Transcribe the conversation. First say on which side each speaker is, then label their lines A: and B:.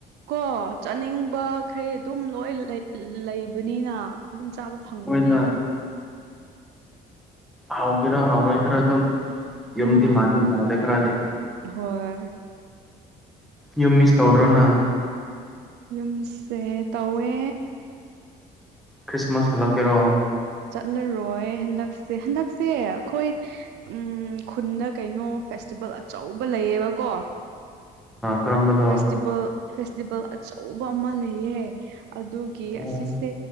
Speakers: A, on the right; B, in the centre.
A: ꯀꯣ ꯆꯥꯅꯤꯡꯕꯈꯩ ꯑꯗꯨꯝ ꯂꯣꯏ ꯂꯩꯕꯅꯤꯅ ꯑꯗꯨꯝ ꯆꯥꯕ ꯐꯪꯕꯅꯦꯗ
B: ꯃꯣꯏꯗ ꯍꯥꯎꯒꯦꯔꯥ ꯍꯥꯎꯔꯣꯏꯗ꯭ꯔꯥ ꯑꯗꯨꯝ
A: ꯎꯝ
B: ꯌꯨꯝꯗꯤ ꯃꯥꯜꯂꯤ ꯃꯥꯜꯂꯦ ꯈꯔꯗꯤ
A: ꯍꯣꯏ
B: ꯌꯨꯝ ꯃꯤꯁ ꯇꯧꯗ꯭ꯔꯣ ꯅꯪ
A: ꯌꯨꯝꯁꯦ ꯇꯧꯋꯦ
B: ꯈ꯭ꯔꯤꯁꯃꯥꯁ ꯍꯂꯛ ꯀꯦꯔꯣ
A: ꯆꯠꯂꯔꯣꯏ ꯍꯟꯗꯛꯁꯦ ꯍꯟꯗꯛꯁꯦ ꯈꯣꯏ ꯎꯝ ꯈꯨꯟꯗ ꯀꯩꯅꯣ ꯐꯦꯁ ꯐꯦꯁꯇꯤꯚꯦꯜ ꯑꯆꯧꯕ ꯂꯩꯌꯦꯕꯀꯣ
B: ꯀꯔꯝꯕꯗꯣ
A: ꯐꯦꯁꯇꯤꯚꯦꯜ ꯐꯦꯁꯇꯤꯚꯦꯜ ꯑꯆꯧꯕ ꯑꯃ ꯂꯩꯌꯦ ꯑꯗꯨꯒꯤ
B: ꯑꯣ
A: ꯑꯁꯤꯁꯦ